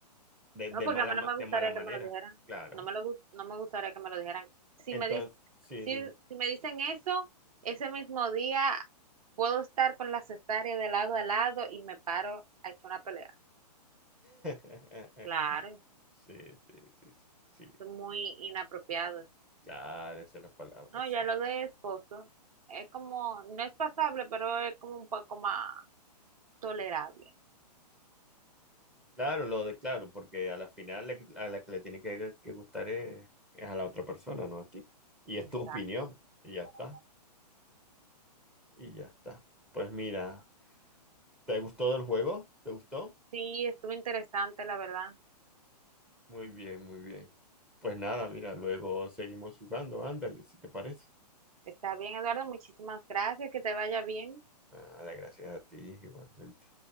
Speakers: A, in the centre; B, on the right (about 55°).
A: de, de
B: no, porque
A: mala,
B: a mí
A: ma-
B: no me
A: de
B: gustaría
A: mala manera,
B: que me lo dijeran.
A: claro.
B: No me lo gus- no me gustaría que me lo dijeran. Si
A: Entonces,
B: me dis-
A: sí,
B: si,
A: dime.
B: si me dicen eso, ese mismo día puedo estar con la cesárea de lado a lado y me paro a echar una pelea.
A: <laughs>
B: Claro,
A: Sí, sí, sí, sí, sí.
B: son muy inapropiados.
A: Claro, esa es la palabra,
B: No,
A: exacto.
B: ya lo de esposo es como, no es pasable, pero es como un poco más tolerable.
A: Claro, lo de claro, porque a la final la que- a la que le tiene que, que gustar es, es a la otra persona, no a ti. Y es
B: Exacto.
A: tu opinión, y ya está, y ya está. Pues mira, ¿te gustó el juego? ¿Te gustó?
B: Sí, estuvo interesante, la verdad.
A: Muy bien, muy bien. Pues nada, mira, luego seguimos jugando, ándale, si te parece.
B: Está bien, Eduardo, muchísimas gracias, que te vaya bien.
A: Nada, gracias a ti igualmente.